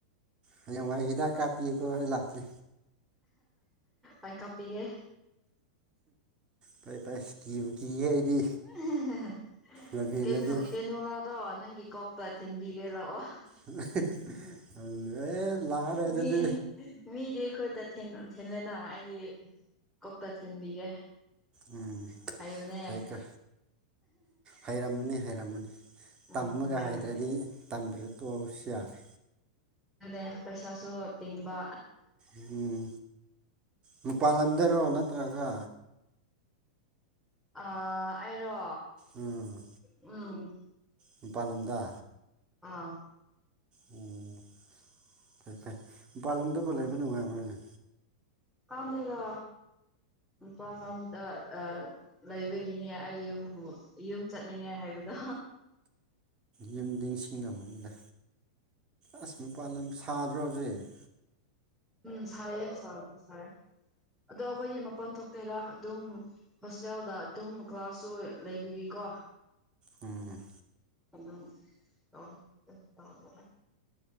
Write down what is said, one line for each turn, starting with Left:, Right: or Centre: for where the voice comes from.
Right: ꯍꯌꯦꯡꯋꯥꯏ ꯍꯤꯗꯥꯛ ꯀꯥꯄꯤꯖꯨꯀꯣ ꯑꯩ ꯂꯥꯛꯀꯦ꯫
Centre: ꯑꯩ ꯀꯥꯄꯤꯒꯦ
Right: ꯐꯩ ꯐꯩ ꯀꯤꯕꯨ ꯀꯤꯌꯦ ꯑꯩꯗꯤ
Centre: ꯑꯍꯍꯥ
Right: ꯂꯝꯍꯦꯜꯂꯗꯤ
Centre: ꯀꯦꯅꯣ-ꯀꯦꯅꯣꯂꯥꯗꯣ ꯅꯪꯒꯤ ꯀꯣꯛꯇ ꯊꯤꯟꯕꯤꯒꯦ ꯂꯥꯛꯑꯣ
Right: <unintelligible> ꯑꯦ ꯑꯗꯨ ꯂꯥꯛꯑꯔꯣꯏ ꯑꯗꯨꯗꯤ꯫
Centre: ꯃꯤ ꯃꯤꯗꯤ ꯈꯨꯠꯇ ꯊꯦꯜꯂꯦꯅ ꯑꯩꯗꯤ ꯀꯣꯛꯇ ꯊꯤꯟꯕꯤꯒꯦ
Right: ꯎꯝ
Centre: ꯍꯩꯕꯅꯦ
Right: ꯐꯩ ꯀꯣ ꯍꯩꯔꯝꯃꯅꯤ ꯍꯩꯔꯝꯃꯅꯤ
Centre: ꯎꯝ
Right: ꯇꯝꯃꯒ
Centre: ꯍꯩꯕꯅꯦ
Right: ꯍꯩꯇ꯭ꯔꯗꯤ ꯇꯝꯗ꯭ꯔ ꯇꯣꯛꯑꯁꯨ ꯌꯥꯔꯦ꯫
Centre: ꯑꯗꯨꯅꯦ ꯄꯩꯁꯥꯁꯨ ꯇꯤꯡꯕ
Right: ꯎꯝ ꯃꯄꯥꯜꯂꯝꯗꯔꯣ ꯅꯠꯇ꯭ꯔꯒ
Centre: ꯑ ꯑꯩꯔꯣ
Right: ꯎꯝ
Centre: ꯎꯝ
Right: ꯃꯄꯥꯟ ꯂꯝꯗ
Centre: ꯑꯥ
Right: ꯑꯣ ꯐꯩ ꯐꯩ ꯃꯄꯥꯜꯂꯝꯗꯕꯨ ꯂꯩꯕ ꯅꯨꯡꯉꯥꯏꯕ꯭ꯔꯣꯅꯦ
Centre: ꯈꯪꯗꯦꯗ ꯃꯄꯥꯟ ꯂꯝꯗ ꯑ ꯂꯩꯕꯒꯤꯅꯦ ꯑꯩ ꯌꯨꯝꯕꯨ ꯌꯨꯝ ꯆꯠꯅꯤꯡꯉꯦ ꯍꯥꯏꯕꯗꯣ
Right: ꯌꯨꯝ ꯅꯤꯡꯁꯤꯡꯉꯝꯕꯅꯤꯗ ꯑꯁ ꯃꯄꯥꯟꯂꯝ ꯁꯥꯗ꯭ꯔꯣ ꯍꯧꯖꯤꯛ
Centre: ꯎꯝ ꯁꯥꯏꯌꯦ ꯁꯥꯕꯗꯤ ꯁꯥꯏꯌꯦ ꯑꯗꯣ ꯑꯩꯈꯣꯏꯒꯤ ꯃꯄꯥꯟ ꯊꯣꯛ ꯇꯦꯔ ꯑꯗꯨꯝ ꯍꯣꯁꯇꯦꯜꯗ ꯑꯗꯨꯝ ꯀ꯭ꯂꯥꯁꯁꯨ ꯂꯩꯕꯒꯤꯀꯣ
Right: ꯎꯝ꯫
Centre: ꯑꯗꯨꯝ ꯇꯧꯋꯦ ꯀꯩꯁꯨ ꯇꯧꯗꯦꯗ꯫